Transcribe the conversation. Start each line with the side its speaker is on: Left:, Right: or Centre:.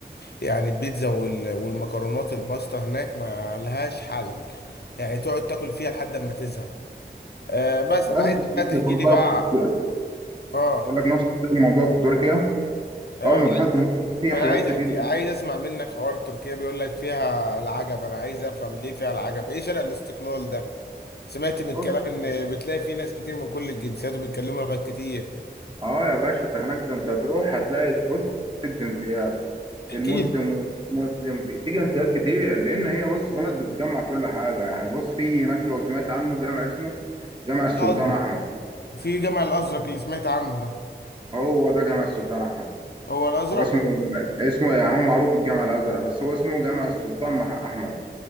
Left: يعني البيتزا وال- والمكرونات الباستا هناك ما لهاش حل يعني تقعد تاكل فيها لحد ما تزهق آه بس
Right: أنا
Left: انا
Right: نفس
Left: عايز
Right: الكلام
Left: بقى تحكي
Right: في الحوار
Left: لي
Right: بقى
Left: بقى
Right: في تركيا.
Left: اه
Right: بقول لك نفس الكلام الموضوع في تركيا
Left: آه،
Right: اول ما دخلت هناك في
Left: ما
Right: حاجات
Left: انا عايز
Right: كتير
Left: احكي عايز اسمع منك حوار تركيا بيقول لك فيها العجب انا عايز افهم ليه فيها العجب ايه شارع الاستقلال ده سمعت من
Right: بص
Left: الكلام ان بتلاقي فيه ناس كتير من كل الجنسيات وبيتكلموا لغات كتير
Right: اه يا باشا ده هناك ده انت هتروح هتلاقي بص في الجنسيات
Left: احكي
Right: المسلم
Left: لي
Right: والمسلم في, في جنسيات كتير لان هي بص بلد بتجمع كل حاجه يعني بص في هناك لو سمعت عنه جامع اسمه جامع
Left: ده
Right: السلطان
Left: ازرق
Right: احمد
Left: في جامع الازرق اللي سمعت عنه ده
Right: هو ده جامع السلطان احمد
Left: هو الازرق
Right: هو اسمه اسمه يعني هو معروف بالجامع الازرق بس هو اسمه جامع السلطان مح- احمد